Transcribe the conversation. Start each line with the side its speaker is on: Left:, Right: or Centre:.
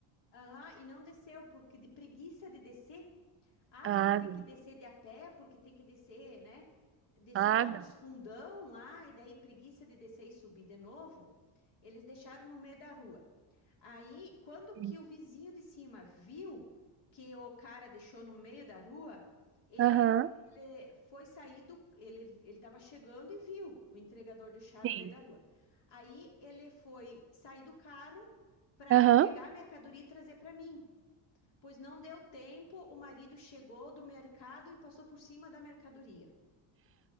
Left: Aham, e não desceu, porque de preguiça de descer, ah,
Right: Ah,
Left: porque tem
Right: não.
Left: que descer de a pé, porque tem que descer, né? Descer
Right: Ah,
Left: lá
Right: não.
Left: nos fundão lá, e daí preguiça de descer e subir de novo. Eles deixaram no meio da rua. Aí, quando
Right: Sim.
Left: que o vizinho de cima viu que o cara deixou no meio da rua, ele,
Right: Aham.
Left: ele foi sair do. Ele, ele estava chegando e viu o entregador deixar
Right: Sim.
Left: no meio da rua. Aí ele foi sair do carro para
Right: Aham.
Left: pegar a mercadoria e trazer para mim. Pois não deu tempo, o marido chegou do mercado e passou por cima da mercadoria.